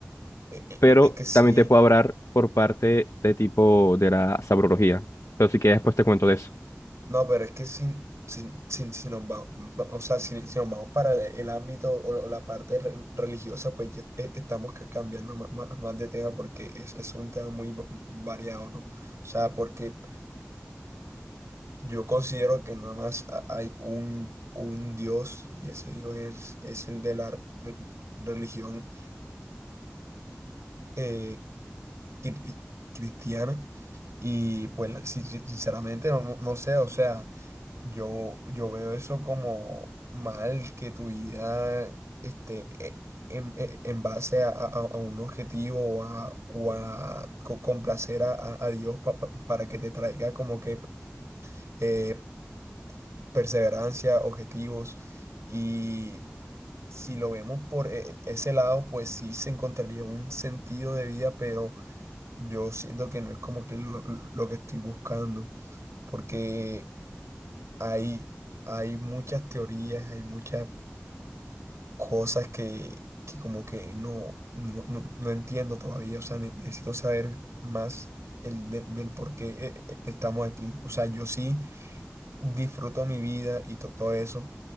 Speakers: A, on the right; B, on the left.
A: e- e-
B: Pero
A: es que sí.
B: también te puedo hablar por parte de tipo de la sabrología. Pero si que después te cuento de eso.
A: No, pero es que si, si, si, si nos va- va- o sea, si, si nos vamos para el, el ámbito o, o la parte re- religiosa, pues ya e- estamos ca- cambiando ma- ma- más, de tema porque es, es un tema muy va- variado, ¿no? O sea, porque yo considero que nada más ha- hay un, un Dios y ese Dios es, es el de la re- religión eh, cri- cristiana y pues la- si- si- sinceramente no, no no sé, o sea... Yo, yo veo eso como mal que tu vida esté eh, en, eh, en base a, a- a un objetivo o a, o a co- complacer a, a- a Dios pa- pa- para que te traiga como que eh, perseverancia, objetivos. Y si lo vemos por eh, ese lado, pues sí se encontraría un sentido de vida, pero yo siento que no es como que lo lo que estoy buscando, porque... Hay, hay muchas teorías, hay muchas cosas que, que como que no, no, no- no entiendo todavía. O sea, ne- necesito saber más el, de- del por qué eh, eh, estamos aquí. O sea, yo sí disfruto mi vida y to- todo eso,